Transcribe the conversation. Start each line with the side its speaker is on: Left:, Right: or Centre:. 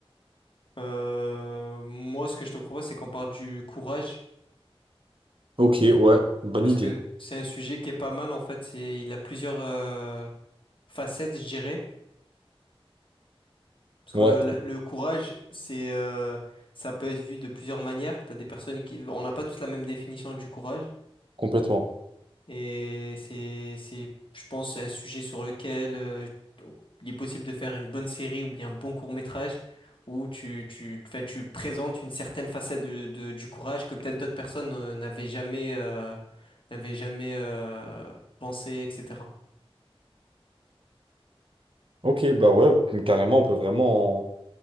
Left: Euh, moi, ce que je te propose, c'est qu'on parle du courage,
Right: Ok, ouais, bonne
Left: parce
Right: idée.
Left: que c'est un sujet qui est pas mal, en fait. C'est, il a plusieurs euh, facettes, je dirais. Parce
Right: Ouais,
Left: que le, le courage, c'est, euh, ça peut être vu de plusieurs manières. T'as des personnes qui, on n'a pas tous la même définition du courage.
Right: complètement.
Left: Et c'est, c'est, je pense, un sujet sur lequel euh, il est possible de faire une bonne série ou bien un bon court-métrage où tu, tu, enfin, tu présentes une certaine facette de, de- du courage que peut-être d'autres personnes euh, n'avaient jamais, euh, n'avaient jamais euh, pensé, etc.
Right: Ok, bah ouais, carrément, on peut vraiment